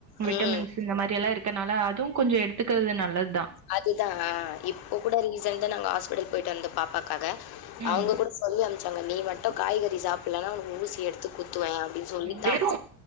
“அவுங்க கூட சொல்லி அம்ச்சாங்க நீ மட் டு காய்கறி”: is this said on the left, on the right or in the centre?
Left